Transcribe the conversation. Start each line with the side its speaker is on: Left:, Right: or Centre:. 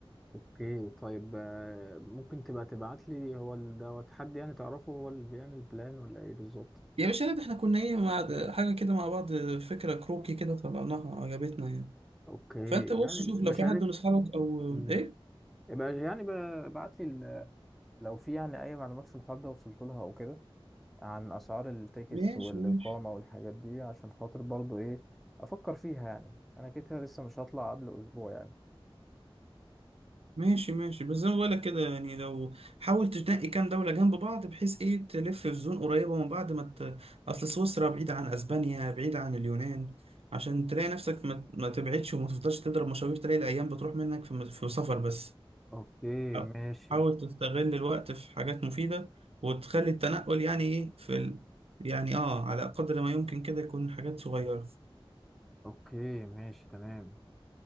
Centre: اوكي طيب آه، ممكن تبقى تبعت لي هو ال- دوت حد يعني تعرفه هو اللي بيعمل بلان ولا ايه بالظبط
Right: يا باشا لا ده احنا كنا ايه مع حاجة كده مع بعض فكرة كروكي كده طلعناها عجبتنا يعني
Centre: اوكي
Right: فانت بص
Centre: يعني
Right: شوف
Centre: بشارك
Right: لو في حد من اصحابك او
Centre: مم.
Right: ايه
Centre: يبقى يعني ابعت لي لو في يعني اي معلومات في الحوار ده وصلت لها او كده عن اسعار التيكتس
Right: ماشي
Centre: والاقامه
Right: ماشي
Centre: والحاجات دي عشان خاطر برضو ايه افكر فيها يعني انا كده كده لسه مش هطلع قبل اسبوع يعني
Right: ماشي ماشي بس زي ما بقولك كده يعني لو حاول تنقي كام دولة جنب بعض بحيث ايه تلف في زون قريبة من بعض ما ت... اصل سويسرا بعيدة عن اسبانيا بعيدة عن اليونان عشان تلاقي نفسك ما, ما تبعدش وما تفضلش تضرب مشاوير تلاقي الايام بتروح منك في, في سفر بس
Centre: اوكي
Right: حا-
Centre: ماشي
Right: حاول تستغل الوقت في حاجات مفيدة وتخلي التنقل يعني ايه في ال... يعني اه على قدر ما يمكن كده يكون حاجات صغيرة
Centre: اوكي ماشي تمام